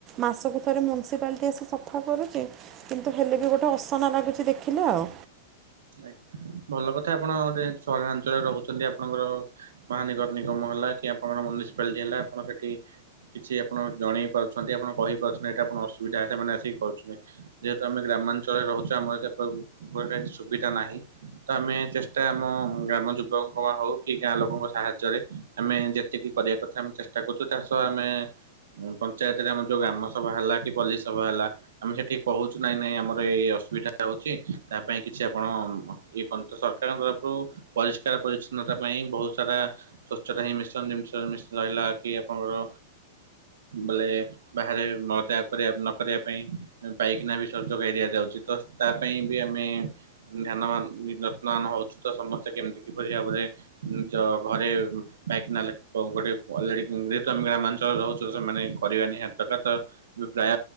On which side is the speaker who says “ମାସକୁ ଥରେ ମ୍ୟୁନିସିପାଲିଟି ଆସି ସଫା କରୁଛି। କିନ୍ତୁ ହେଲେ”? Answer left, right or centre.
Right